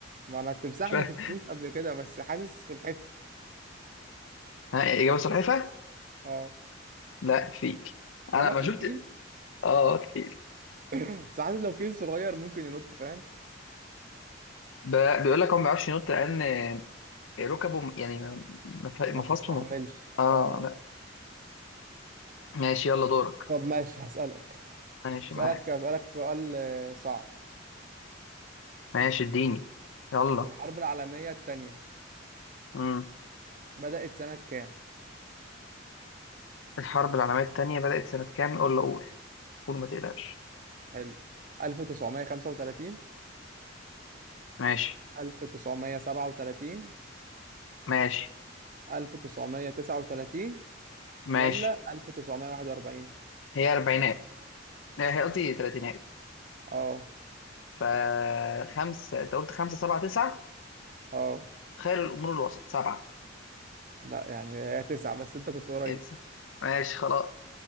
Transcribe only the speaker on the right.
ما انا التمساح
ما شفتوش قبل كده بس حاسس السلحفاه
اه
غلط
الفيل <clears throat>
<laughs> بس حاسس لو فيل صغير ممكن ينط فاهم
ما
تستحملش
اه
آه.
طب ماشي هسألك
هسألك
هسألك سؤال آه، صعب
الحرب العالمية التانية
بدأت سنة كام؟
حلو 1935
1937
1939
ولا 1941
اه
اه
لا يعني هي تسعة بس انت كنت قريب